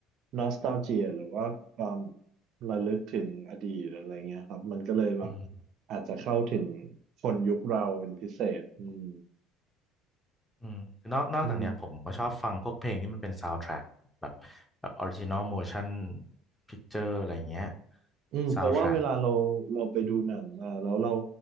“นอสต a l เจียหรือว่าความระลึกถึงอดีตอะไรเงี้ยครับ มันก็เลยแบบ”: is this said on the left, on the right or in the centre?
Right